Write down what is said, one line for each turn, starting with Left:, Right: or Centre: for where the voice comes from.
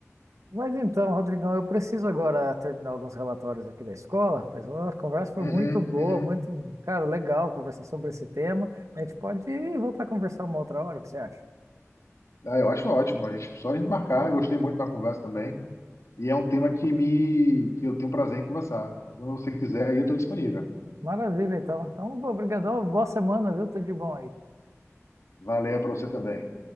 Right: Mas então, Rodrigão, eu preciso agora terminar alguns relatórios aqui da escola, rapaz. Ó, A conversa foi
Left: Uhum,
Right: muito boa,
Left: uhum.
Right: muito, cara, legal conversar sobre esse tema. A gente pode voltar a conversar uma outra hora, o que você acha?
Left: Ah, eu acho ótimo, a gente, só a gente marcar, eu gostei muito da conversa também, e é um tema que me que eu tenho prazer em conversar. Então, se você quiser, aí eu estou disponível.
Right: Maravilha, então. Então, obrigadão, boa semana, viu? Tudo de bom aí.
Left: Valeu para você também.